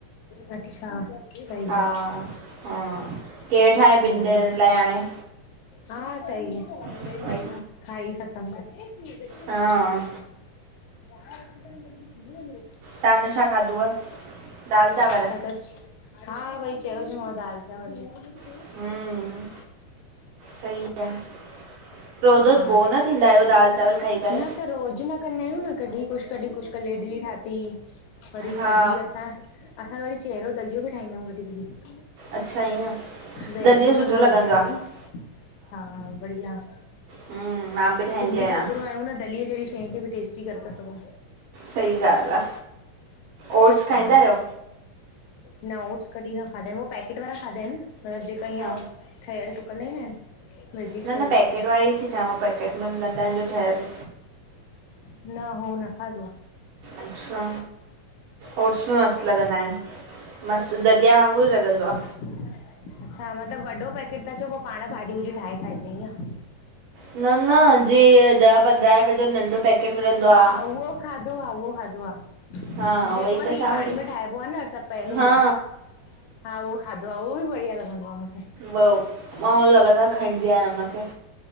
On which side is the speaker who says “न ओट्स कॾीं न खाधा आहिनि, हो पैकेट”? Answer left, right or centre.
Left